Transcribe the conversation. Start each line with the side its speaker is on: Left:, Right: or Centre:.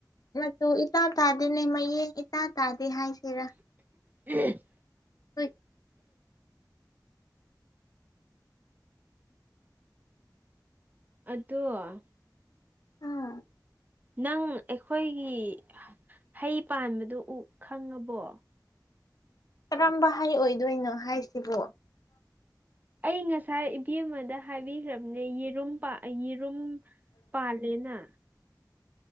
Left: ꯃꯆꯨ ꯏꯇꯥ ꯇꯥꯗꯦꯅꯦ ꯃꯌꯦꯡ ꯏꯇꯥ ꯇꯥꯗꯦ ꯍꯥꯏꯁꯤꯔꯥ
Right: ꯎꯝ
Left: ꯎꯝ
Right: ꯑꯗꯣ
Left: ꯎꯝ
Right: ꯅꯪ ꯑꯩꯈꯣꯏꯒꯤ ꯍꯩ ꯄꯥꯟꯕꯗꯨ ꯎ ꯈꯪꯉꯕꯣ
Left: ꯀꯔꯝꯕ ꯍꯩ ꯑꯣꯏꯗꯣꯏꯅꯣ ꯍꯥꯏꯁꯤꯕꯣ
Right: ꯑꯩ ꯉꯁꯥꯏ ꯏꯕꯦꯝꯃꯗ ꯍꯥꯏꯕꯤꯈ꯭ꯔꯕꯅꯦ ꯌꯦꯔꯨꯝ ꯄꯥ ꯌꯦꯔꯨꯝ ꯄꯥꯂꯦꯅ